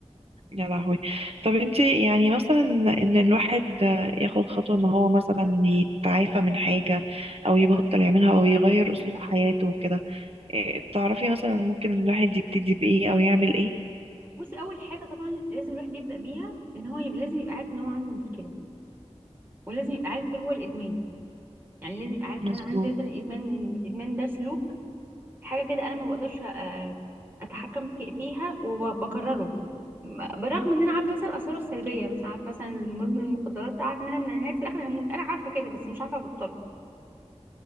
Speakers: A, on the right; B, on the right.
A: يا لهوي طب انت يعني مثلا ان الواحد ياخد خطوة ان هو مثلا يتعافى من حاجة او يبطل يعملها او يغير اسلوب حياته وكده إيه، تعرفي مثلا ممكن الواحد يبتدي بايه او يعمل ايه
B: بصي أول حاجة طبعا لازم الواحد يبدأ بيها إن هو يبقى لازم يبقى عارف إن هو عنده مشكلة ولازم يبقى عارف إيه هو الإدمان يعني لازم يبقى عارف
A: مظبوط
B: ان انا عندي مثلا ادمان ان الادمان ده سلوك حاجة كده أنا ما بقدرش آه، أتحكم في فيها وبكرره م- بالرغم إن أنا عارفة مثلا آثاره السلبية مثلا عارفة مثلا مدمن المخدرات ده عارفة إن أنا نهاية في الآخر هموت أنا عارفة كده بس مش عارفة أبطله